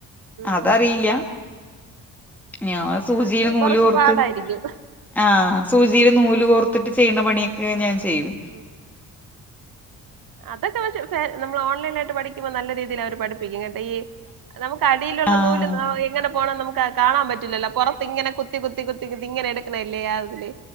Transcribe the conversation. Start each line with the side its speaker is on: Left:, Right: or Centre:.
Right: ഉം
Centre: അതറിയില്ല
Right: ഉം
Centre: ഞ സൂചിയില്
Right: അത്
Centre: നൂല്
Right: കൊറച്ച്
Centre: കോർത്ത്
Right: പാടായിരിക്കും
Centre: ആ സൂചിയില് നൂല് കോർത്തിട്ട് ചെയ്യുന്ന പണിയൊക്കെ
Right: ആഹ്
Centre: ഞാൻ ചെയ്യും
Right: ഉം അതൊക്കെ പ നമ്മൾ ഓൺലൈൻ ആായിട്ട് പഠിക്കുമ്പോ നല്ല രീതിയിൽ അവര് പഠിപ്പിക്കും കേട്ടൊ ഈ നമുക്ക് അടിയിലുള്ള
Centre: ആഹ്
Right: നൂല് എങ്ങനെ പോകണം നമുക്ക് കാണാൻ പറ്റും പല്ലോ പൊറത്ത് ഇങ്ങനെ കുത്തി കുത്തി കുത്തി കുത്തി ഇങ്ങനെ എടുക്കണല്ലേ യാതില്